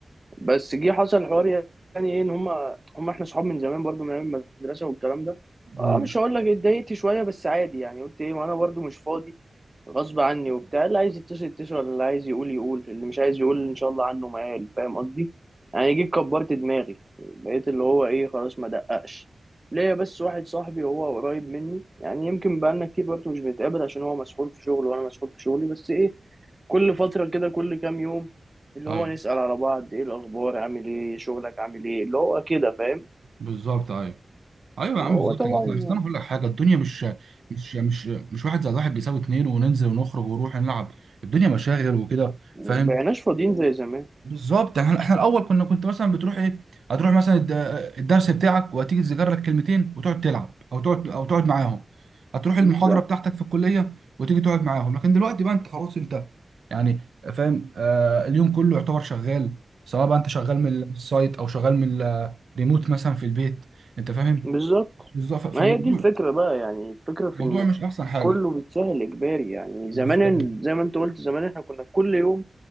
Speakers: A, on the right (about 20°); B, on the right (about 85°).
A: بس جه حصل حوار يعني ايه ان هما هما احنا صحاب من زمان برضو من ايام المدرسة والكلام ده
B: مم.
A: اه مش هقول لك اتضايقت شوية بس عادي يعني قلت ايه ما انا برضو مش فاضي غصب عني وبتاع اللي عايز يتصل يتصل اللي عايز يقول يقول اللي مش عايز يقول ان شاء الله عنه ما قال فاهم قصدي يعني جيت كبرت دماغي بقيت اللي هو ايه خلاص ما دققش ليا بس واحد صاحبي هو قريب مني يعني يمكن بقالنا كتير برضه مش بنتقابل عشان هو مسحول في شغله وانا مسحول في شغلي بس ايه كل فترة كده كل كام يوم اللي
B: ايوه
A: هو نسأل على بعض ايه الاخبار عامل ايه شغلك عامل ايه اللي هو كده فاهم
B: بالظبط ايوه ايوه يا
A: هو
B: عم بالظبط
A: طبعا
B: اصل أصل انا هقول لك حاجه الدنيا مش مش مش مش واحد زائد واحد بيساوي اتنين وننزل ونخرج ونروح نلعب الدنيا مشاغل وكده
A: مبقيناش
B: فاهم
A: فاضيين زي زمان
B: بالظبط احنا احنا الاول كنا كنت مثلا بتروح ايه هتروح مثلا الد- الدرس بتاعك وهتيجي تذاكر لك كلمتين وتقعد تلعب او تقعد او تقعد معاهم هتروح المحاضره
A: بالظبط
B: بتاعتك في الكليه وتيجي تقعد معاهم لكن دلوقتي بقى انت خلاص انت يعني فاهم آه اليوم كله يعتبر شغال سواء بقى انت شغال من السايت او شغال من الريموت مثلا في البيت انت فاهم
A: بالظبط
B: بالظبط فالموضوع
A: ما هي دي الفكرة بقى يعني الفكرة في
B: الموضوع
A: إن
B: مش احسن حاجه
A: كله بيتسهل إجباري يعني
B: بالظبط.
A: زمان ال- زي ما أنت قلت زمان إحنا كنا كل يوم